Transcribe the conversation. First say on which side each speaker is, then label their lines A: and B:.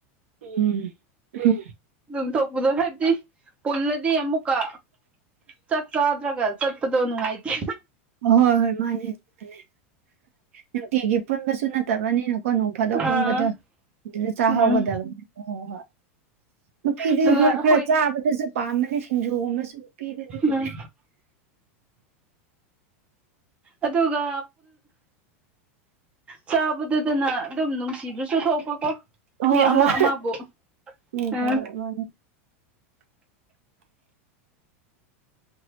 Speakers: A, on the right; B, on the right.
A: ꯎꯝ ꯎꯝ
B: ꯑꯗꯨꯝ ꯊꯣꯛꯄꯗꯣ ꯍꯥꯏꯕꯗꯤ ꯄꯨꯜꯂꯗꯤ ꯑꯃꯨꯛꯀ ꯆꯠ ꯆꯗ꯭ꯔꯒ ꯆꯠꯄꯗꯣ ꯅꯨꯡꯉꯥꯏꯇ
A: ꯑ ꯍꯣꯏ ꯍꯣꯏ ꯃꯥꯅꯦ ꯃꯥꯅꯦ ꯅꯨꯡꯇꯤꯒꯤ ꯄꯨꯟꯕꯁꯨ ꯅꯠꯇꯕꯅꯤꯅ ꯀꯣꯅꯨꯡ ꯐꯥꯗꯣꯛ
B: ꯑꯥ
A: ꯄꯨꯟꯕꯗꯣ ꯑꯗꯨꯗ ꯆꯥꯍꯧꯒꯗꯕꯅꯤ
B: ꯎꯝ
A: ꯍ ꯍꯣꯏ ꯍꯣꯏ ꯅꯨꯄꯤꯗꯤ
B: ꯑꯗꯨꯒ
A: ꯈꯔ
B: ꯑꯩꯈꯣꯏ
A: ꯈꯔ ꯆꯥꯕꯗꯁꯨ ꯄꯥꯝꯃꯅꯤ ꯁꯤꯡꯖꯨꯒꯨꯝꯕꯨ ꯄꯤꯗꯁꯨꯗꯦ
B: ꯎꯝ ꯑꯗꯨꯒ ꯆꯥꯕꯗꯨꯗꯅ ꯑꯗꯨꯝ ꯅꯨꯡꯁꯤꯕꯁꯨ ꯆꯨꯊꯣꯛꯄꯀꯣ
A: ꯍꯣꯏ
B: ꯃꯤ ꯑꯃ
A: ꯍꯣꯏ
B: ꯑꯃꯕꯨ
A: ꯎꯝ
B: ꯑ
A: ꯍꯣꯏ ꯃꯥꯅꯤ